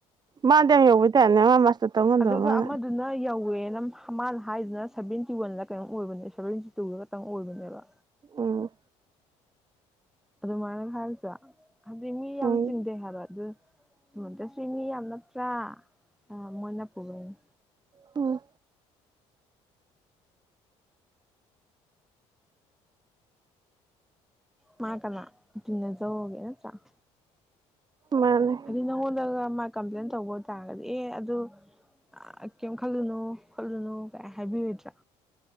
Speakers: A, on the right (about 30°); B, in the centre.
A: ꯃꯥꯗꯤ ꯌꯥꯝ ꯌꯧꯕꯩ ꯇꯥꯏꯞꯅꯦ ꯃꯥ ꯃꯥꯁꯇꯔ ꯇꯧ ꯉꯝꯗꯕ
B: ꯑꯗꯨꯒ
A: ꯃꯥꯅ
B: ꯑꯃꯗꯨꯅ ꯌꯧꯋꯦ ꯃꯥꯟ ꯍꯥꯏꯗꯨꯅ ꯁꯚꯤꯟ ꯇꯤ ꯋꯟꯂ ꯀꯩꯅꯣꯝ ꯑꯣꯏꯕꯅꯦ ꯁꯚꯦꯟꯇꯤ ꯇꯨꯔ ꯈꯇꯪ ꯑꯣꯏꯕꯅꯦꯕ
A: ꯎꯝ
B: ꯑꯗꯨ ꯃꯥꯥꯏꯅ ꯑꯝ ꯍꯥꯏꯔꯨ ꯆꯌꯥ ꯍꯗꯤ ꯃꯤ ꯌꯥꯝ
A: ꯎꯝ
B: ꯆꯤꯡꯗꯦ ꯍꯥꯏꯕ ꯑꯗꯨ ꯁꯣꯟꯗꯆꯤ ꯃꯤ ꯌꯥꯝ ꯅꯞꯇ꯭ꯔꯥ ꯑ ꯃꯣꯏꯅ ꯄꯨꯕꯩꯅꯤ
A: ꯎꯝ
B: ꯃꯥ ꯀꯅꯥ ꯗꯤꯅꯖꯩꯑꯣ ꯒꯦ ꯅꯠꯇꯔꯥ
A: ꯃꯥꯅꯦ
B: ꯍꯥꯏꯗꯤ ꯅꯪꯉꯣꯟꯗꯒ ꯃꯥ ꯀꯝꯄ꯭ꯂꯦꯟ ꯇꯧꯕ ꯇꯔꯒꯗꯤ ꯑꯦ ꯑꯗꯨ ꯑ ꯀꯩꯝ ꯈꯜꯂꯨꯅꯨ ꯈꯣꯠꯂꯨꯅꯨ ꯀꯥꯏ ꯍꯥꯏꯕꯤꯔꯣꯏꯗ꯭ꯔꯥ